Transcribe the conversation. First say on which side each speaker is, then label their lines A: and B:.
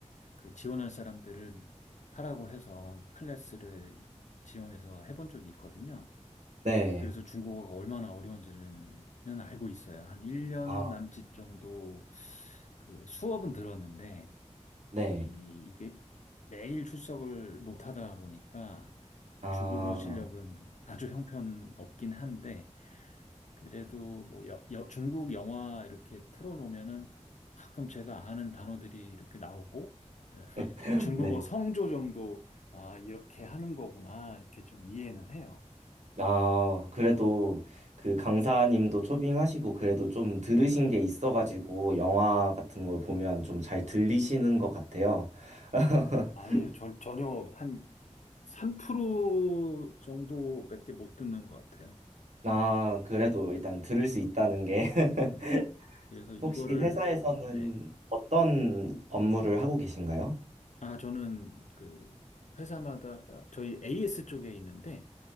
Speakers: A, on the left (about 75°); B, on the right (about 70°).
A: 그 지원할 사람들을 하라고 해서 클래스를 지원해서 해본 적이 있거든요.
B: 네,
A: 그래서 중국어가 얼마나 어려운지는 알고 있어요. 한 1년
B: 아,
A: 남짓 정도 그 수업은 들었는데
B: 네,
A: 이, 이게 매일 출석을 못 하다 보니까 이
B: 아,
A: 중국어 실력은 아주 형편없긴 한데 그래도 뭐 여, 여- 중국 영화 이렇게 틀어놓으면은 가끔 제가 아는 단어들이 이렇게 나오고 그다음에 <laughs>
B: <clears throat>
A: 중국어
B: <laughs> 네,
A: 성조 정도 아 이렇게 하는 거구나 이렇게 좀 이해는 해요.
B: 아, 그래도 그 강사님도 초빙하시고 그래도 좀 들으신 게 있어가지고 영화 같은 걸 보면 좀 잘 들리시는 것 같아요. <laughs>
A: 아니요 전, 전혀 한 3% 정도밖에 못 듣는 것 같아요.
B: 아, 그래도 일단 들을 수
A: 음,
B: 있다는 게 <laughs>
A: 네. 그래서 이거를
B: 혹시 회사에서는
A: 네.
B: 어떤 업무를 하고 계신가요?
A: 아 저는 그 회사마다 아, 저희 AS 쪽에 있는데